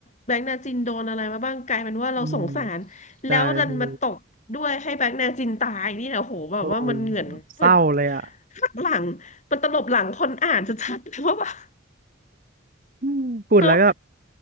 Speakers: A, on the left; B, on the right.
A: แบงค์นาจินโดนอะไรมาบ้างกลายเป็นว่าเราสงสารแล้วดันมาตกด้วยให้แบงค์นาจินตายนี่นะโหแบบว่ามันเหงื่อนมัน
B: อืมใช่พี่โอ้เศร้าเลยอ่ะ
A: หักหลังมันตลบหลังคนอ่านชัดๆ <laughs> เลยว่าแบบ
B: อืมพูดแล้วก็
A: เนาะ